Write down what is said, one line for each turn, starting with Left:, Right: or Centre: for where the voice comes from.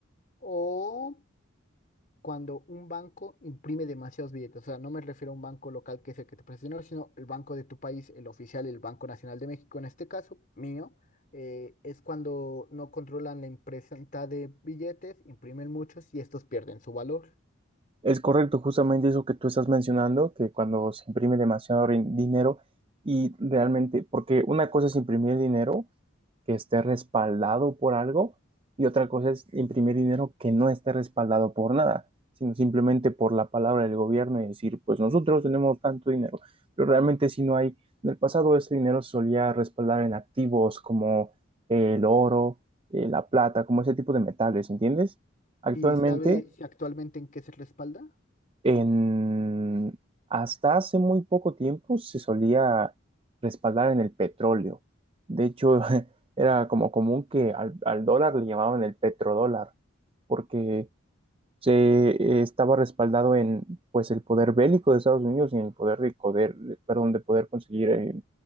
Left: O cuando un banco imprime demasiados billetes. O sea, no me refiero a un banco local que es el que te presta dinero, sino el banco de tu país, el oficial, el Banco Nacional de México, en este caso, mío, eh, es cuando no controlan la impresión de billetes, imprimen muchos y estos pierden su valor.
Right: Es correcto, justamente eso que tú estás mencionando, que cuando se imprime demasiado rin- dinero y realmente, porque una cosa es imprimir dinero que esté respaldado por algo y otra cosa es imprimir dinero que no esté respaldado por nada, sino simplemente por la palabra del gobierno y decir, pues nosotros tenemos tanto dinero, pero realmente si no hay, en el pasado ese dinero se solía respaldar en activos como eh, el oro, eh, la plata, como ese tipo de metales, ¿entiendes? Actualmente
Left: ¿Y sabe Vale. si actualmente en qué se respalda?
Right: en, hasta hace muy poco tiempo se solía respaldar en el petróleo. De hecho, <laughs> era como común que al, al dólar le llamaban el petrodólar, porque se eh, estaba respaldado en pues el poder bélico de Estados Unidos y en el poder de poder, perdón, de poder conseguir eh,